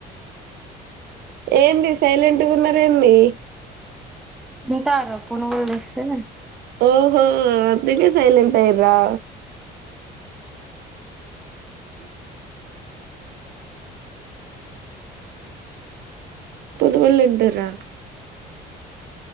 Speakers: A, on the right; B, in the centre.
A: ఏంది సైలెంట్గా ఉన్నారు ఏంది
B: తింతారు పునుగులు తెస్తే
A: ఓహో అందుకె సైలెంట్ అయ్యిరా పురుగులు తింటారా